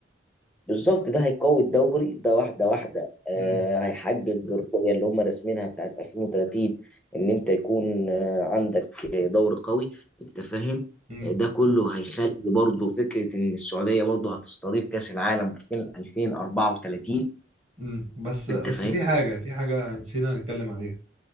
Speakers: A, in the centre; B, on the right.
A: بالظبط ده هيقوي الدوري ده واحده واحده آه
B: امم
A: هيحقق الرؤيه اللي هم راسمينها بتاعت 2030 ان انت يكون آه عندك دوري قوي انت فاهم
B: امم
A: آه، ده كله هيخلي برضه فكره ان السعوديه برضه هتستضيف كاس العالم 2034
B: امم بس
A: انت
B: بس
A: فاهم
B: في حاجه في حاجه نسينا نتكلم عليها